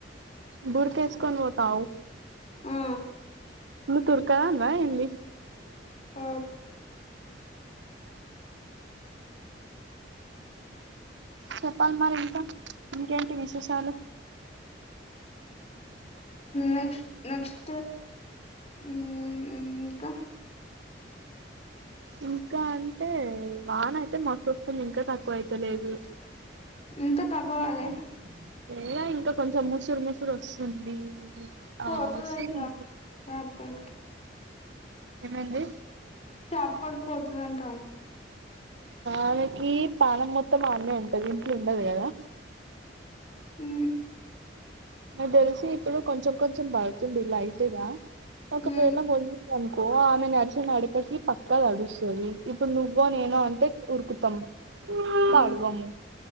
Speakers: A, on the right; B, on the left.
A: బుర్క ఎసుకొని పోతావు
B: ఆ
A: నువ్వు తురక దానివ ఏంది
B: ఆ
A: చెప్పాలి మరి ఇంక ఇంకేంటి విశేషాలు
B: నెక్స్ట్ నెక్స్ట్ ఇంక
A: ఇంకా అంటే వాన అయితే మస్తు వస్తుంది ఇంక తక్కువ అయిత లేదు
B: ఇంకా తక్కువాలే
A: <unintelligible> లేగ ఇంక కొంచెం ముసరు ముసరు వస్తుంది
B: పోతాది
A: ఆ వస్తుంది
B: అక్క <unintelligible>
A: ఏమండి
B: షాప్ కాడికి పోతదంట ఆమె
A: ఆమెకి పాణం మొత్తం అన్నే ఉంటది ఇంట్లో ఉండదు కదా
B: ఉ
A: నాకు తెలిసి ఇప్పుడు కొంచెం కొంచెం పడుతుంది లైట్గ ఒకవేళ
B: ఉమ్
A: <unintelligible> అనుకో ఆమె <unintelligible> నాడకకి పక్క నడుస్తుంది ఇప్పుడు నువ్వ నేన అంటే ఉరుకుతాం
B: ఉమ్
A: తడవము